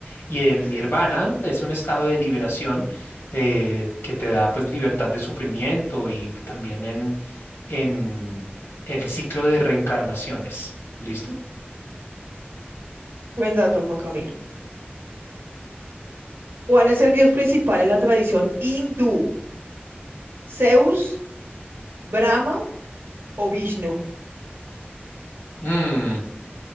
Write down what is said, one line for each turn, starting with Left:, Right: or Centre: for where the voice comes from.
Left: y el
Right: Sí,
Left: Nirvana
Right: claro.
Left: es un estado de liberación eh, que te da pues libertad de sufrimiento y que también en, en el ciclo de reencarnaciones. ¿Listo?
Right: Buen dato, Juan Camilo. ¿Cuál es el dios principal en la tradición hindú? ¿Zeus, Brahma o Vishnu?
Left: Mm,